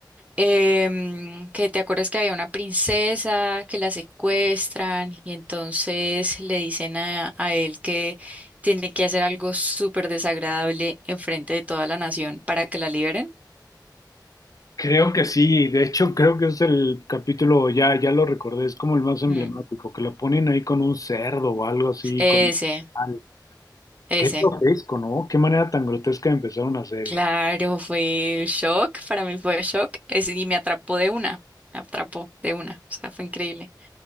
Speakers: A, on the right; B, on the left.
A: em, que te acuerdas que había una princesa que la secuestran y entonces le dicen a, a él que tiene que hacer algo súper desagradable enfrente de toda la nación para que la liberen.
B: Creo que sí. De hecho, creo que es el capítulo, ya, ya lo recordé, es como el más emblemático,
A: Mm,
B: que lo ponen ahí con un cerdo o algo así.
A: Ese,
B: Con... un animal.
A: ese.
B: Qué grotesco, ¿no? Qué manera tan grotesca de empezar una serie.
A: Claro, fue shock, para mí fue shock, ese, y me atrapó de una, me atrapó de una, o sea, fue increíble.